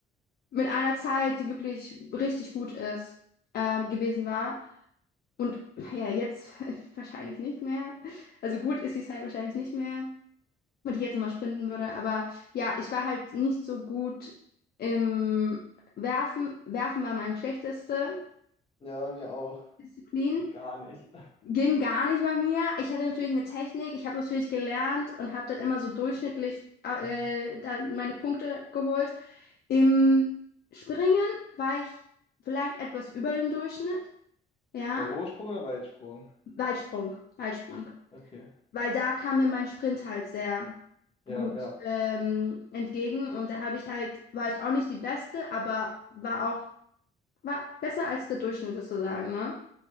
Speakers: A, on the left; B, on the left.
A: mit einer Zeit, die wirklich richtig gut ist, ähm, gewesen war. Und ja, jetzt <laughs> wahrscheinlich nicht mehr. Also gut ist die Zeit wahrscheinlich nicht mehr wenn ich jetzt mal sprinten würde. Aber ja, ich war halt nicht so gut im Werfen. Werfen war meine schlechteste
B: Ja, mir auch.
A: Disziplin.
B: Geht gar nicht.
A: Ging gar nicht bei mir. Ich hatte natürlich eine Technik. Ich habe natürlich gelernt und habe dann immer so durchschnittlich äh,
B: Mhm.
A: dann meine Punkte geholt. Im Springen war ich vielleicht etwas über dem Durchschnitt. Ja,
B: Bei Hochsprung oder Weitsprung?
A: Weitsprung. Weitsprung.
B: Okay.
A: weil da kam mir mein Sprint halt sehr
B: Ja,
A: gut
B: ja.
A: ähm, entgegen und da habe ich halt, war ich auch nicht die Beste, aber war auch, war besser als der Durchschnitt sozusagen, ne?